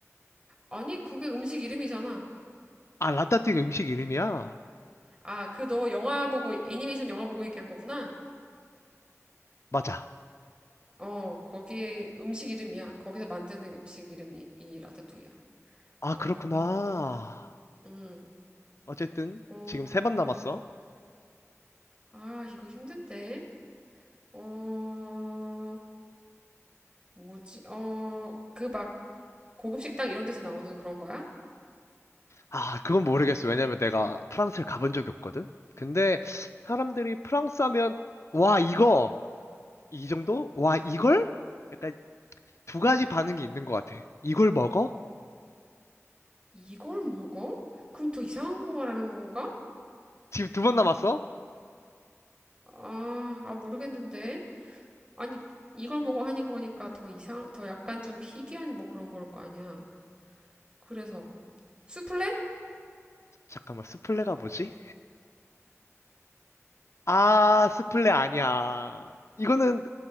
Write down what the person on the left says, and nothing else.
아, 라따뚜이가 음식 이름이야?
맞아.
아,
그렇구나.
어쨌든
지금 세 번 남았어.
아, 그건 모르겠어. 왜냐면 내가 프랑스를 가본 적이 없거든? 근데 사람들이 프랑스 하면, 와, 이거! 이 정도? 와, 이걸? 약간 두 가지 반응이 있는 것 같아. 이걸 먹어?
지금 두 번 남았어?
잠깐만, 스플레가 뭐지? 아, 스플레 아니야. 이거는